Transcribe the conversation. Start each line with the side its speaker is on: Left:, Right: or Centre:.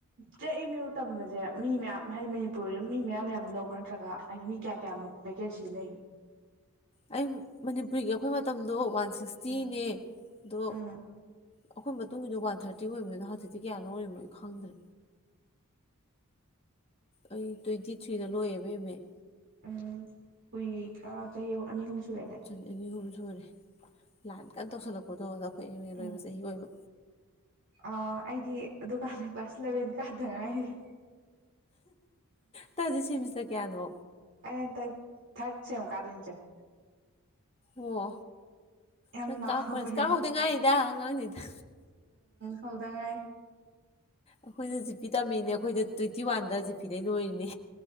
Right: ꯆꯦ ꯑꯦꯝ ꯌꯨ ꯇꯝꯕꯁꯦ ꯃꯤ ꯃꯌꯥꯝ ꯍꯥꯏꯗꯤ ꯃꯅꯤꯄꯨꯔꯗ ꯃꯤ ꯃꯌꯥꯝ ꯃꯌꯥꯝ ꯂꯧꯕ꯭ꯔꯥ ꯅꯠꯇ꯭ꯔꯒ ꯍꯥꯏꯗꯤ ꯃꯤ ꯀꯌꯥ ꯀꯌꯥꯃꯨꯛ ꯚꯦꯀꯦꯟꯁꯤ ꯂꯩꯒꯦ
Left: ꯑꯩ ꯃꯅꯤꯄꯨꯔꯤꯒꯤ ꯑꯩꯈꯣꯏ ꯃꯇꯝꯗꯣ ꯋꯥꯟ ꯁꯤꯛꯁꯇꯤꯅꯦ
Right: ꯎꯝ
Left: ꯑꯗꯣ
Right: ꯎꯝ
Left: ꯑꯩꯈꯣꯏ ꯃꯇꯨꯡꯒꯤꯗ ꯋꯥꯟ ꯊꯥꯔꯇꯤ ꯑꯣꯏꯕꯅꯤꯅ ꯍꯧꯖꯤꯛꯇꯤ ꯀꯌꯥꯅꯣ ꯑꯣꯏꯔꯤꯔꯤꯕꯅꯣ ꯈꯪꯗ꯭ꯔꯦ ꯑꯩ ꯇ꯭ꯋꯦꯟꯇꯤ ꯊ꯭ꯔꯤꯗ ꯂꯣꯏꯌꯦꯕ ꯑꯦꯝ ꯑꯦ
Right: ꯎꯝ ꯀꯨꯏ ꯈꯔ ꯆꯍꯤ ꯑꯅꯤ ꯑꯍꯨꯝ ꯁꯨꯔꯦꯅꯦ
Left: ꯆꯍꯤ ꯑꯅꯤ ꯑꯍꯨꯝ ꯁꯨꯔ‌ꯦ ꯂꯥꯟ ꯀꯥꯟ ꯇꯧꯁꯜꯂꯛꯄꯗꯣ ꯑꯩꯈꯣꯏ ꯏꯔꯦꯟ
Right: ꯎꯝ
Left: ꯑꯣꯏꯕ ꯆꯍꯤ ꯑꯣꯏꯕ
Right: ꯑ ꯑꯩꯗꯤ ꯑꯗꯨꯀꯥꯟꯗ ꯀ꯭ꯂꯥꯁ ꯏꯂꯚꯦꯟ ꯀꯥꯗꯉꯥꯏꯔꯤ
Left: ꯅꯪ ꯍꯨꯖꯤꯛ ꯁꯤꯃꯤꯁꯇꯔ ꯀꯌꯥꯅꯣ
Right: ꯑꯩ ꯍꯟꯇꯛ ꯊꯥꯔꯠ ꯁꯦꯝ ꯀꯥꯗꯣꯏꯅꯤ ꯆꯦ
Left: ꯑꯣ
Right: ꯌꯥꯝ
Left: ꯅꯪ
Right: ꯅꯥꯎꯋꯦ
Left: ꯀꯥ ꯀꯣꯂꯦꯖ ꯀꯥꯍꯧꯗ ꯉꯥꯏꯔꯤꯗ ꯑꯉꯥꯡꯅꯤꯗ
Right: ꯍꯧꯗꯉꯥꯏꯔꯤ
Left: ꯑꯈꯣꯏꯖꯨ ꯖꯤꯄꯤꯗ ꯇꯝꯃꯤꯅꯦ ꯑꯈꯣꯏꯗꯣ ꯇ꯭ꯋꯦꯟꯇꯤ ꯋꯥꯟꯗ ꯖꯤꯄꯤꯗꯩ ꯂꯣꯏꯔꯤꯅꯦ